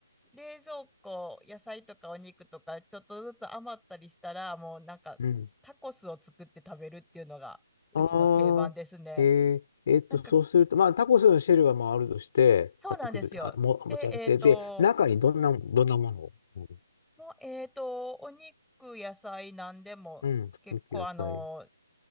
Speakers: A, in the centre; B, on the left.
A: う、冷蔵庫、野菜とかお肉とか、ちょっとずつ余ったりしたら、もうなんか、
B: うん。
A: タコスを作って食べるっていうのが、うちの定番ですね。
B: ああ、へえ、えっと、
A: なんか、
B: そうすると、まあ、タコスのシェルはまああるとして、
A: そうなんですよ。
B: 買ってくると、あ、も、持ち歩いて、
A: で、えっと、
B: で、中にどんな、どんなものをう
A: もう、えっと、お肉、野菜、なんでも、
B: ん、
A: 結構あの
B: うん、ください。